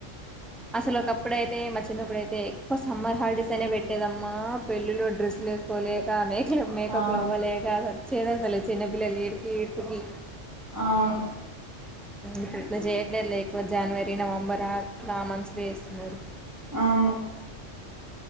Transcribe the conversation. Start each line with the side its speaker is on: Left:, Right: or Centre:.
Centre: అసలు ఒకప్పుడ అైతే మా చిన్నప్పుడుైతే ఎక్కువ సమ్మర్ హాలిడేస్ అనే పెట్టేదమ్మా పెళ్ళిలో డ్రెస్సులు వేసుకోలేక మే మ మేకప్లో
Right: అవును
Centre: అవ్వలేక చేదా స్థల చిన్నపిిల్ల్లిడుపి ఏడ్పు కి
Right: అవును
Centre: ఇప్పుడుట్లా చేయట్లేదు ఎక్కువ జనవరి నవంబర్ ఆట్ ఆ మనుసులు చేస్తున్నారు
Right: అవును